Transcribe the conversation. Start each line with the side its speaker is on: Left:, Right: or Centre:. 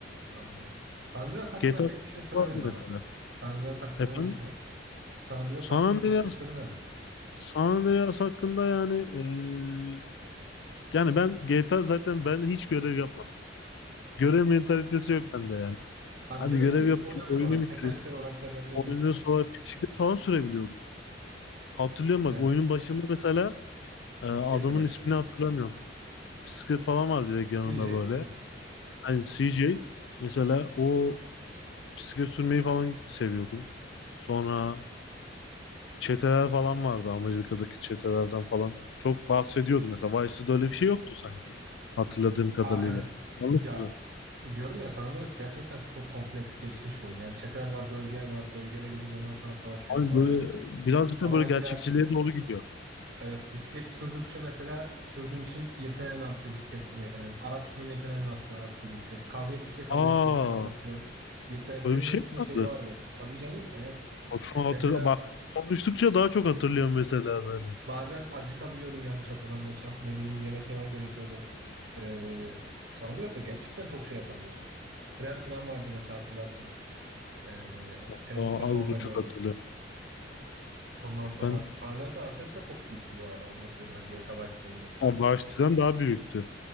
Right: Anladım. San Andreas hakkında
Left: GTA
Right: pek bir
Left: 3
Right: şey söylemedin
Left: var mesela.
Right: ama sen. San Andreas hakkında
Left: Efendim?
Right: ne düşünüyorsun? San Andreas
Left: San
Right: hakkında
Left: Andreas
Right: çok bir şey söylemedin.
Left: San Andreas hakkında yani eee Yani ben GTA zaten ben hiç görev yapmadım. Görev mentalitesi yok bende yani.
Right: Tam
Left: Hadi
Right: görev
Left: görev
Right: değil,
Left: yapayım,
Right: oynanış
Left: oyunu
Right: olarak,
Left: bitireyim.
Right: mekanikler olarak değerlendirebilirsin
Left: Oyunun sonra
Right: yani.
Left: bisiklet falan sürebiliyordum. Hatırlıyorum bak
Right: Evet,
Left: oyunun başında mesela e, adamın
Right: bisikletle başladı.
Left: ismini hatırlamıyorum. Bisiklet falan var direkt yanında
Right: CJ.
Left: böyle.
Right: neydi?
Left: Hani CJ mesela o bisiklet sürmeyi falan seviyordum. Sonra çeteler falan vardı Amerika'daki çetelerden falan. Çok bahsediyordu mesela. Vice'de öyle bir şey yoktu sanki hatırladığım kadarıyla.
Right: Aa evet.
Left: Yanlış
Right: Ya
Left: mı?
Right: diyorum ya San Andreas gerçekten çok kompleks gelişmiş bir oyun. Yani çeteler var, bölgeler var. Bölgelere gidince onlar sana savaşıyor,
Left: Hani
Right: savaş
Left: böyle
Right: açıyor.
Left: birazcık
Right: Ama
Left: da böyle
Right: mesela
Left: gerçekçiliğe doğru gidiyor.
Right: Evet, bisiklet sürdükçe mesela sürdüğün için yeteneğin artıyor bisiklet sürme yeteneğin. Araç sürme yeteneğin artıyor araç sürdükçe. Kavga ettikçe kavga
Left: Aa,
Right: etme yeteneğin artıyor. Yeteneklerin
Left: böyle bir şey
Right: hepsinin
Left: mi
Right: şeyi
Left: vardı?
Right: vardı. Tabii canım evet.
Left: Bak şu an hatır,
Right: Mesela
Left: bak konuştukça daha çok hatırlıyorum mesela böyle.
Right: bazen acıkabiliyordun yanlış hatırlamıyorsam. Ne bileyim yemek yemen gerekiyordu. Ee, Sandras'a gerçekten çok şey yapabiliyordun. Tren falan vardı mesela hatırlarsın. Ee,
Left: Hatta
Right: treni ilk defa
Left: az
Right: onda
Left: buçuk
Right: gördük.
Left: hatırlıyorum.
Right: Ondan sonra
Left: Ben
Right: San Andreas'ın haritası da çok büyüktü bu arada. Ondan söyleyeyim ben GTA Vice City'ye göre falan.
Left: ya Vahşti'den daha büyüktü.